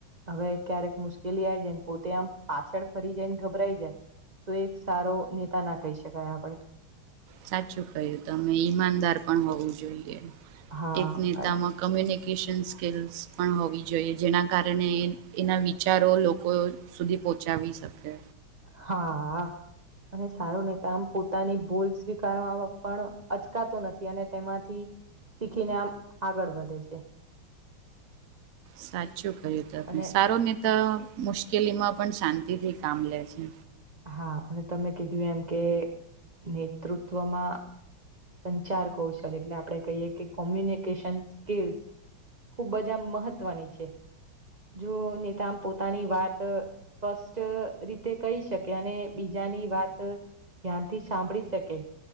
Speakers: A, on the right; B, on the right.
A: હવે ક્યારેક મુશ્કેલી આય જાયને પોતે આમ પાછળ ફરી જાય ને ગભરાઈ જાય તો એક સારો નેતા ના કઈ શકાય આપડે.
B: સાચુ કયુ તમે ઈમાનદાર પણ હોવું જોઈએ.
A: હા
B: એક નેતામાં
A: અ-
B: કમ્યુની સ્કિલ્સ પણ હોવી જોઈએ જેના કારણે એના વિચારો લોકો શુધી પોચાવી શકે
A: હા અ અને સારો નેતા આમ પોતાની ભૂલ સ્વીકારવા પણ અચકાતો નથી અને તેમાંથી શીખીને આમ આગળ વધે છે.
B: સાચુ કર્યું તને
A: અને
B: સારો નેતા મુશ્કેલીમાં પણ શાંતિથી કામ લે છે.
A: હા અને તમે કીધુ એમ કે નેતૃત્વમાં સંચાર કૌશલ એટલે આપડે કહીએ કે કોમ્યુનિકેશન સ્કિલસ. ખૂબ જ આમ મહત્વની છે. જો નીતો આમ પોતાની વાત સ્પષ્ટ રીતે કહી શકે, અને બીજાની વાત ધ્યાનથી સાંભળી શકે.